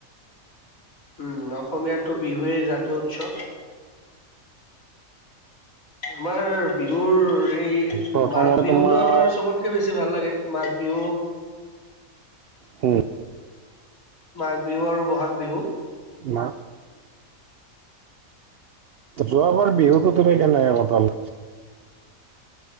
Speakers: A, on the left; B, on the right.
A: উমঁ অসমীয়াৰতো বিহুৱেই জাতীয় উৎসৱ আমাৰ বিহুৰ এই
B: প্ৰথমতে
A: মাঘ বিহুতো
B: তোমাৰ
A: আমাৰ চবতকে বেছি ভাল লাগে মাঘ বিহু
B: হম
A: মাঘ বিহু আৰু বহাগ বিহু।
B: মাক যোৱাবাৰ বিহুতো তুমি কেনেকৈ কটালা